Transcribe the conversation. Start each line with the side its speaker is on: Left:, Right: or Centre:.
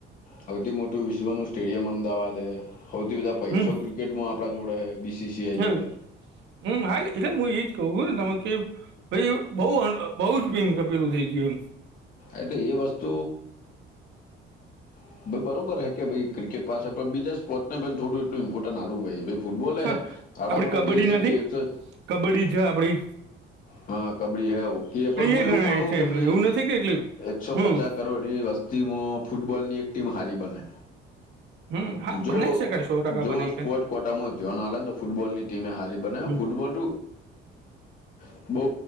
Left: હૌવથી મોટું વિશ્વનું સ્ટેડિયમ અમદાવાદ દે હૌવથી બધા પૈસો
Right: હમ
Left: ક્રિકેટમાં આપડા જોડે હે બીસીસીઆઈ
Right: હમ
Left: જોડે
Right: હમ હા એટલે હું એજ કહું <unintelligible> બઉ બઉ જ ભીમ કપેલું થઈ ગયું એમ.
Left: એટલે એ વસ્તુ <unintelligible> બરોબર હ કે ભાઈ ક્રિકેટ પાસે પણ બીજા સ્પોર્ટને પણ થોડું એટલું ઈમપર્ટન્ટ <unintelligible> ફૂટબોલે
Right: હા
Left: હે આવડા
Right: આપડી
Left: મોટા
Right: કબડ્ડી
Left: દેેશ છે
Right: નથી
Left: ભાઈ એકસો
Right: કબડ્ડી છે આપણી
Left: હા કબડી હેવ કે પણ હું
Right: એ
Left: એવું
Right: ગણાય
Left: માનું
Right: છે
Left: કે
Right: એમ
Left: ભાઈ
Right: એવું નથી કે એટલે
Left: એકસો
Right: હમ
Left: પચાસ કરોડની વસ્તીમાં ફૂટબોલની એક ટીમ હારી બને.
Right: હમ હા
Left: જો
Right: ભનાઈ શકાય સો ટકા
Left: જો
Right: બનાવી
Left: સ્પોર્ટ કોટામાં <unintelligible> તો ફૂટબોલની ટીમે હારી બનાવ
Right: હમ
Left: ફૂટબોલ <unintelligible> બઉ